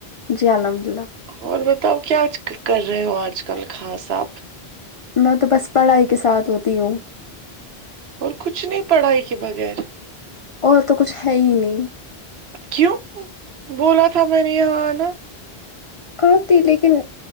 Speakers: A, on the left; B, on the right.
A: جی الحمد للہ
B: اور بتاؤ کیا آج کر رہے ہو آج کل خاص آپ
A: میں تو بس پڑھائی کے ساتھ ہوتی ہوں
B: اور کچھ نہیں پڑھائی کے بغیر
A: اور تو کچھ ہے ہی نہیں
B: کیوں بولا تھا میں نے یہاں آنا
A: آ تی لیکن